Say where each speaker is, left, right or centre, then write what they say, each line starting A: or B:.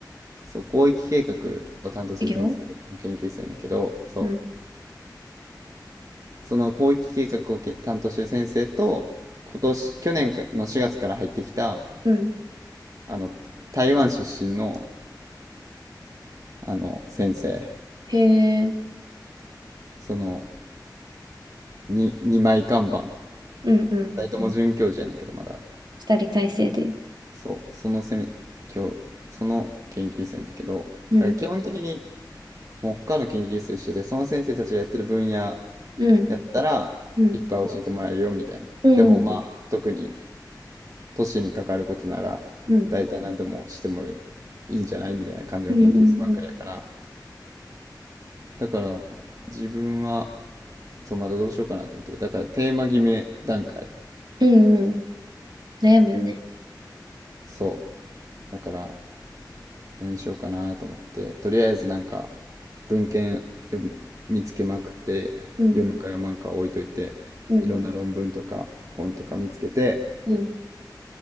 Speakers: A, on the right; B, on the right.
A: そう広域計画を担当してる先生の研究室やねんけどそう
B: 授業うん、
A: その広域計画をけ担当してる先生と今年去年の4月から入ってきた
B: うん。
A: あの台湾出身のあの先生
B: へえ、
A: その 2, 二枚看板
B: うん、うん。
A: 大友准教授やねんけどまだ
B: 二人体制で。
A: そう、そのせん、今日、その研究室やねんだけど、
B: うん、
A: だから基本的にもう他の研究室と一緒で、その先生たちがやってる分野や
B: うん、
A: ったら、
B: うん、
A: いっぱい教えてもらえるよみたいな。
B: うん、
A: でもまあ、特に都市に関わることなら、
B: うん、うん、
A: 大体何でもしてもいいんじゃないみたいな感じの研究室ばっかりやから。
B: うん、うん、
A: だから、自分は、そう、まだどうしようかなと思って。だから、テーマ決め段階。
B: うん。うん悩むよね。
A: そう。だから、何しようかなと思ってとりあえずなんか文献読む見つけまくって読むか読まんか置いといていろんな論文とか本とか見つけて
B: うん、うん、うん、